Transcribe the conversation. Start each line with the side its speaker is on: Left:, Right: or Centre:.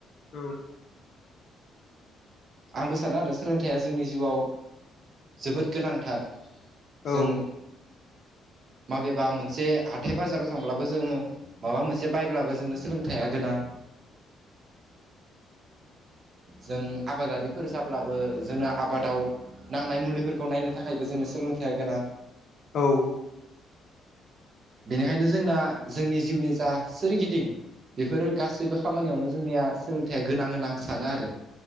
Left: औ।
Right: आंबो सानदों आरो सोलोंथाइया जोंनि जिउआव जोबोद गोनांथार। जों
Left: औ <inaudible>
Right: माबेबा मोनसे हाथाय बाजाराव थांब्लाबो जोङो माबा मोनसे बायब्लाबो जोंनो सोलोंथाइया गोनां। जों आबादारिफोर जाब्लाबो जोंना आबादाव नांनाय मुलिफोरखौ नायनो थाखायबो जोंनो सोलोंथाइया गोनां।
Left: औ।
Right: बेनिखायनो जोंना जोंनि जिउनि जा सोरगिदिं बेफोर गासैबो खामानियावनो जोंनिया सोलोंथाइया गोनां आं सानो आरो।